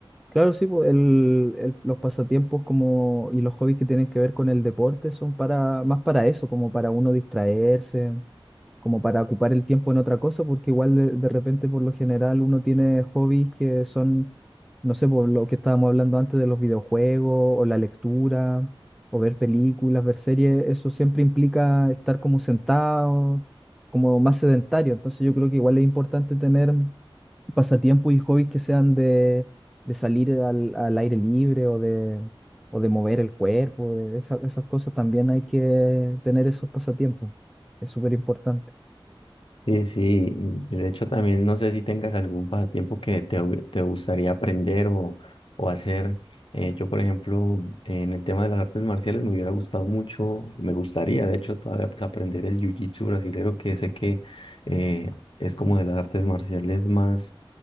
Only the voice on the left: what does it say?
Sí, sí, y de hecho también no sé si tengas algún pasatiempo que te, hu- te gustaría aprender o, o hacer. Eh, yo, por ejemplo, en el tema de las artes marciales me hubiera gustado mucho, me gustaría, de hecho, todavía pues, aprender el jiu-jitsu brasilero, que sé que eh, es como de las artes marciales más